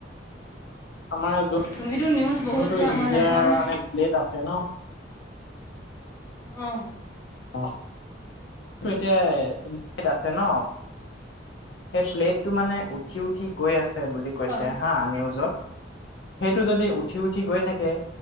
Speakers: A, on the left (about 70°); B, on the left (about 20°).
A: আমাৰ য
B: তুমিতো নিউজ বহুত
A: যোনটো
B: চোৱা
A: ইণ্ডিয়াৰ
B: মই নাচাওঁ ন
A: মানে প্লেট আছে ন
B: অ'।
A: <unintelligible> এতিয়া আছে ন সেই প্লেটটো মানে উঠি উঠি গৈ আছে বুলি কৈছে
B: হয়,
A: হা নিউজত সেইটো যদি উঠি উঠি গৈ থাকে